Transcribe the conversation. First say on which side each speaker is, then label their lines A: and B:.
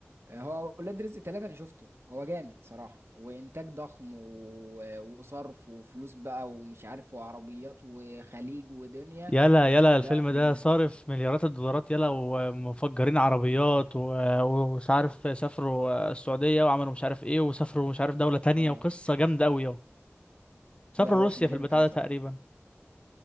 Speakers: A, on the right; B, on the left.
A: هو ولاد رزق ثلاثة أنا شفته هو جامد صراحة وإنتاج ضخم و... وصرف وفلوس بقى ومش عارف وعربيات وخليج ودنيا
B: يلا يلا
A: لا
B: الفيلم
A: ال...
B: ده صارف مليارات الدولارات يلا ومفجرين عربيات و- ومش عارف سافروا السعودية وعملوا مش عارف ايه وسافروا مش عارف دولة تانية
A: اه
B: وقصة جامدة أوي يلا سافروا
A: لا هو
B: روسيا
A: كان جامد
B: في البتاع
A: أوي
B: ده
A: صراحة
B: تقريبا